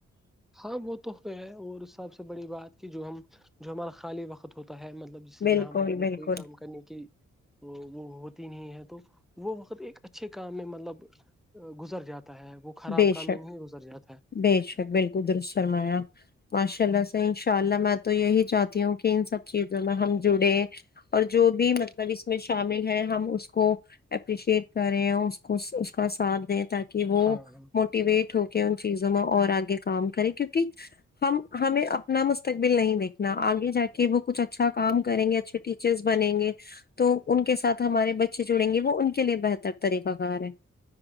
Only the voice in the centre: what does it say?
ہاں وہ تو فیر ہے اور سب سے بڑی بات کہ جو ہم جو ہمارا خالی وقت ہوتا ہے مطلب
جہاں پہ ہمیں
کوئی کام کرنے کی وہ وہ ہوتی نہیں ہے تو وہ وقت ایک اچھے کام میں مطلب گزر جاتا ہے وہ خراب
کام
میں نہیں گزر جاتا ہے
ہاں ہاں